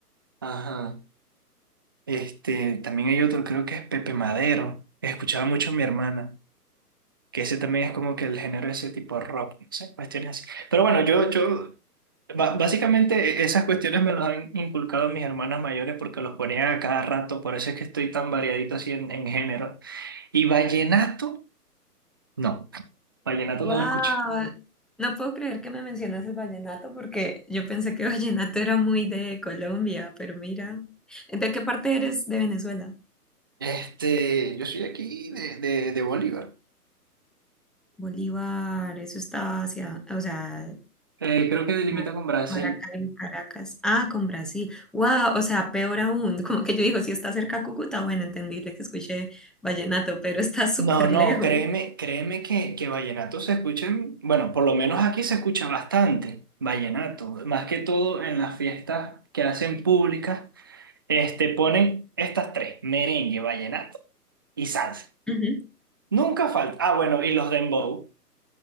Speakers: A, on the right (about 15°); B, in the centre.
A: Ajá. Este, también hay otro, creo que es Pepe Madero. Escuchaba mucho a mi hermana. que ese también es como que el género de ese tipo de rock, no sé, cuestiones así. Pero bueno, yo, yo, ba- básicamente e-, esas cuestiones me las han inculcado mis hermanas mayores porque los ponían a cada rato, por eso es que estoy tan variadito así en, en género. Y vallenato, no, vallenato
B: Wow,
A: no lo escucho.
B: no puedo creer que me mencionas el vallenato porque yo pensé que <laughs> vallenato era muy de Colombia, pero mira, ¿de qué parte eres de Venezuela?
A: Este, yo soy de aquí, de, de, de Bolívar.
B: Bolívar, eso está hacia, o sea,
A: Eh, creo que delimita
B: Ma-
A: con Brasil.
B: Maracaibo, Caracas. Ah, con Brasil. Wow, o sea, peor aún. <laughs> Como que yo digo, si está cerca a Cúcuta, bueno, entendible que escuché vallenato, pero está súper
A: No, no,
B: lejos.
A: créeme, créeme que, que vallenato se escucha, en- bueno, por lo menos aquí se escucha bastante vallenato, más que todo en las fiestas que hacen públicas, este, ponen estas tres, merengue, vallenato y salsa.
B: Ujú.
A: Nunca falta. Ah, bueno, y los dembow,